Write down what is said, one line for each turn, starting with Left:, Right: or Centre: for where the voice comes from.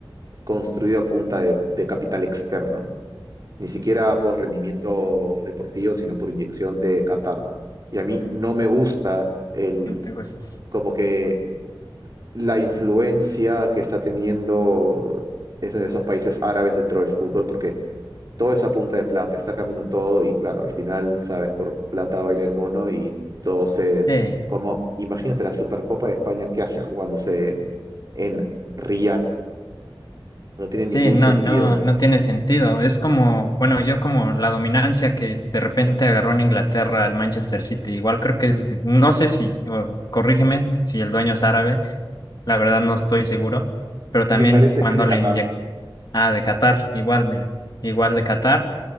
Right: construido a punta de, de capital externo ni siquiera por rendimiento deportivo, sino por inyección de Qatar. Y a mí no me gusta el,
Left: No te gustas.
Right: como que la influencia que está teniendo es en esos países árabes dentro del fútbol, porque toda esa punta de plata está cambiando todo y claro, al final, sabes, por plata baila el mono y todo se...
Left: Sí.
Right: Como, imagínate la Supercopa de España qué hace jugándose en, en Riyadh, no tiene
Left: Sí,
Right: ningún
Left: no,
Right: sentido.
Left: no, no tiene sentido. Es como, bueno, yo como la dominancia que de repente agarró en Inglaterra al Manchester City. Igual creo que es, de- no sé si, o corrígeme si el dueño es árabe, la verdad no estoy seguro, pero también
Right: Me parece
Left: cuando
Right: que es de Qatar,
Left: le inyectó, ah, de Qatar, igual, mira, igual de Qatar.